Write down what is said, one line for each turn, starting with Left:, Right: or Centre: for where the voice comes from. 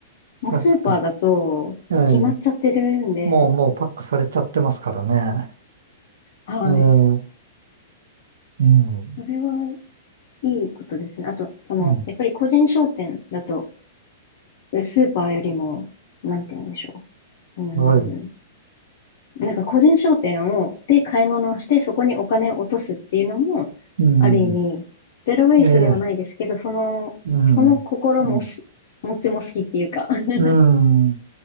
Left: もうスーパーだと、
Right: 確か。ええ。
Left: 決まっちゃってるんで、
Right: もう、もうパックされちゃってますからね。
Left: はい。
Right: ええ。うん。う
Left: それは、いいことですね。あと、その、
Right: ん。
Left: やっぱり個人商店だと、でスーパーよりも、なんて言うんでしょう。う
Right: はい。
Left: ーん。なんか個人商店を、で買い物をして、そこにお金を落とすっていうのも、
Right: うん。
Left: ある意味、ゼロウェイスではないですけど、
Right: ええ。
Left: その、
Right: うん。
Left: その心もし、
Right: うん。
Left: 持ちも好きっていうか。<laughs> は
Right: うんい